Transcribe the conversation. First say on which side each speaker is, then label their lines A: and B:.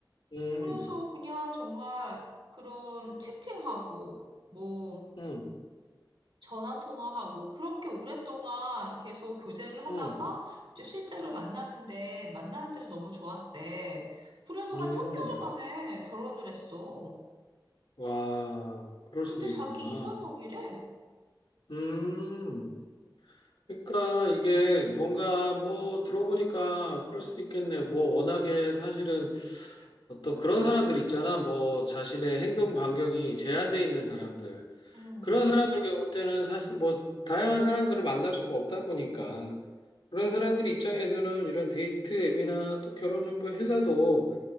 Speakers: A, on the left (about 80°); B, on the right (about 85°).
A: 음,
B: 그래서 그냥 정말 그런 채팅하고, 뭐,
A: 음,
B: 전화 통화하고, 그렇게 오랫동안 계속 교제를 하다가,
A: 음,
B: 이제 실제로 만났는데, 만났는데도 너무 좋았대. 그래서
A: 음.
B: 한 3개월 만에 결혼을 했어.
A: 와, 그럴
B: 근데
A: 수도
B: 자기
A: 있구나.
B: 이상형이래.
A: 음. 그러니까 이게 뭔가 뭐 들어보니까 그럴 수도 있겠네. 뭐 워낙에 사실은 어떤 그런 사람들 있잖아. 뭐 자신의 행동 반경이 제한돼 있는 사람들.
B: 음,
A: 그런 사람들 경우 때는 사실 뭐 다양한 사람들을 만날 수가 없다 보니까 그런 사람들 입장에서는 이런 데이트 앱이나 또 결혼 정보 회사도